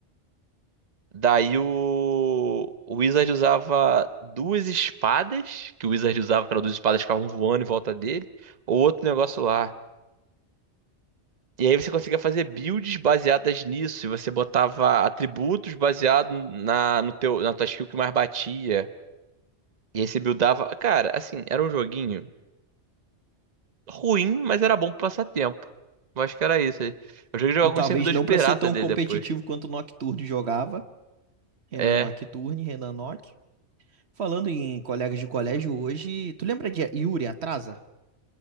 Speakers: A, on the right; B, on the right.
A: Daí o... o Wizard usava duas espadas, que o Wizard usava, que eram duas espadas que ficavam voando em volta dele, ou outro negócio lá. E aí você conseguia fazer builds baseadas nisso, e você botava atributos baseados na, no teu, na tua skill que mais batia. E aí você buildava. Cara, assim, era um joguinho. ruim, mas era bom pro passatempo. Eu acho que era isso. Eu joguei jogar alguns
B: Talvez
A: servidores
B: não
A: pirata
B: pra ser tão
A: dele
B: competitivo
A: depois.
B: quanto o Nocturne jogava. Renan
A: É.
B: Nocturne, Renan Nock. Falando em colegas de colégio hoje. Tu lembra de Yuri Atrasa?